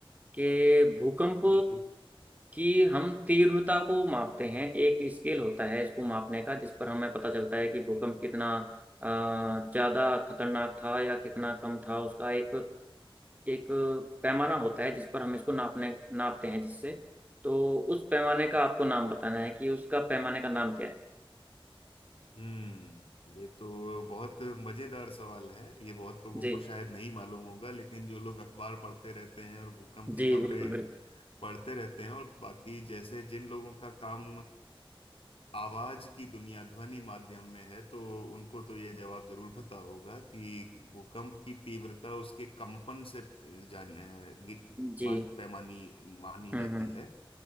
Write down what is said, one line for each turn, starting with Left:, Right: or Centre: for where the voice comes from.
Right: कि भूकंप
Left: बिल्कुल
Right: कि हम तीव्रता को मापते हैं एक स्केल होता है इसको मापने का जिस पर हमें पता चलता है कि भूकंप कितना अ, ज्यादा खतरनाक था या कितना कम था उसका एक एक पैमाना होता है जिस पर हम इसको नापने नापते हैं जिससे तो उस पैमाने का आपको नाम बताना है कि उसका पैमाने का नाम क्या है
Left: हम्म ये तो बहुत मजेदार सवाल है ये बहुत लोगों
Right: जी
Left: को शायद नहीं मालूम होगा लेकिन जो लोग अखबार पढ़ते रहते हैं और भूकंप की
Right: जी
Left: खबरें
Right: बिल्कुल बिल्कुल
Left: पढ़ते रहते हैं और बाकी जैसे जिन लोगों का काम आवाज की दुनिया ध्वनि माध्यम में है तो उनको तो ये जवाब जरूर पता होगा कि भूकंप की तीव्रता उसके कंपन से जान गि-
Right: जी
Left: मान, पैमानी मानी
Right: हम्म
Left: जाती
Right: हम्म
Left: है